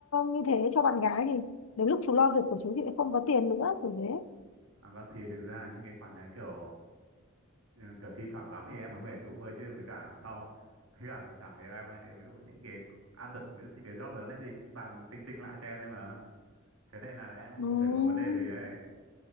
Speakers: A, on the left; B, on the right.
A: như thế cho bạn gái thì đến lúc chú lo việc của chú chị lại không có tiền nữa kiểu thế
B: À, vâng thì thực ra những cái khoản đấy kiểu ừ, kiểu thi thoảng lắm thì em mới phải giúp vơi chứ với cả sau <laughs> với cả thỉnh thoảng thì em lại ví dụ những cái ăn được ví dụ những cái job lớn ấy thì cũng toàn tinh tinh lại cho em đấy mà <laughs> thế nên là em cũng
A: ừ.
B: không thể có vấn đề gì ấy